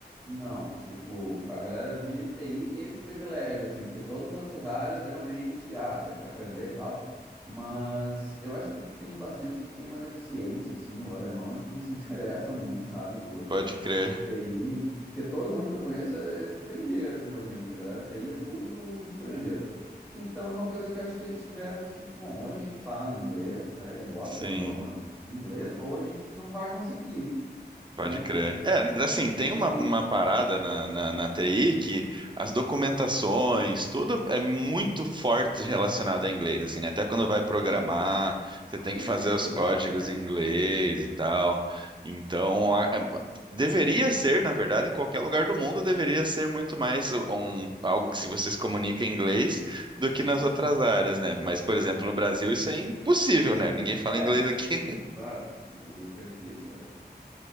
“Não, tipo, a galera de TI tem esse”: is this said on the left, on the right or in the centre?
Centre